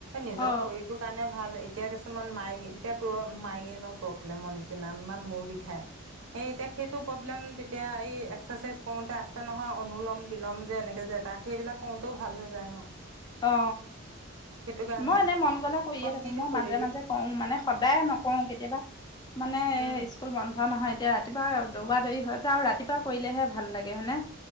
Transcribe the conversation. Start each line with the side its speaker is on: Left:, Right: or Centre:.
Right: নিজৰ
Left: অ
Right: শৰীৰটোৰ কাৰণে ভাল এতিয়া কিছুমান মাই এতিয়া তোৰ মাইকেনৰ প্ৰব্লেমৰ নিচিনা ইমান মূৰ বিষায় সেই এতিয়া সেইটো প্ৰব্লেম এতিয়া এই এক্সাৰচাইজ কৰোতে আছে নহয় অনলম বিলম যে এনেকে যে এটা সেইবিলাক কৰোতেও ভাল হৈ যায় ন
Left: অ
Right: সেইটো কাৰণে
Left: মই এনে মন গলে কৰিয়ে
Right: কন্টিনিউ
Left: থাকো মই
Right: কৰিবি
Left: মাজে মাজে কো মানে সদায় নকো কেতিয়াবা মানে
Right: উম
Left: এ স্কুল বন্ধ নহয় এতিয়া ৰাতিপুৱা দৌব দৌৰি হয় যা ৰাতিপুৱা কৰিলেহে ভাল লাগে হয়েনে